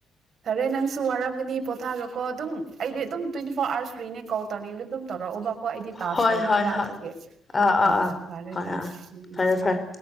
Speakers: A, on the right; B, on the left.
A: ꯐꯔꯦ ꯅꯪꯁꯨ ꯋꯥꯔꯝꯒꯅꯤ ꯄꯣꯊꯥꯔꯣꯀꯣ ꯑꯗꯨꯝ ꯑꯩꯗꯤ ꯑꯗꯨꯝ ꯇ꯭ꯋꯦꯟꯇꯤ ꯐꯣꯔ ꯑꯋꯥꯔꯁ ꯐ꯭ꯔꯤꯅꯦ ꯀꯣ ꯇꯧꯔꯅꯤꯡꯕꯗ ꯑꯗꯨꯝ ꯇꯧꯔꯛꯎꯕ ꯀꯣ ꯑꯩꯗꯤ ꯇꯥꯥꯛꯁ
B: ꯍꯣꯏ
A: ꯂꯣꯏꯈ꯭ꯔꯦꯕ
B: ꯍꯣꯏ ꯍꯣꯏ
A: ꯑꯗꯨꯒꯤ
B: ꯑꯥ
A: ꯑ
B: ꯑꯥ ꯑꯥ
A: ꯑ ꯐꯔꯦ
B: ꯍꯣꯏ
A: ꯐꯔꯦ
B: ꯑꯥ ꯑꯥ
A: ꯎꯝ
B: ꯐꯔꯦ
A: ꯎꯝ
B: ꯐꯔꯦ